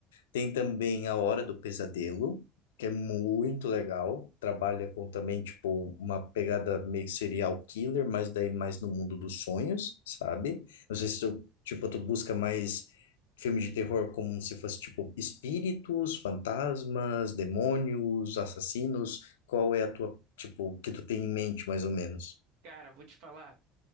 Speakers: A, on the left; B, on the right.
A: Tem também A Hora do Pesadelo, que é muito legal. Trabalha com também, tipo, uma pegada meio serial killer, mas daí mais no mundo dos sonhos, sabe? Não
B: Sim.
A: sei se tu, tipo, tu busca mais filme de terror como se fosse, tipo, espíritos, fantasmas, demônios, assassinos. Qual é a tua, tipo, que tu tem em mente, mais ou menos?
B: Cara, vou te falar.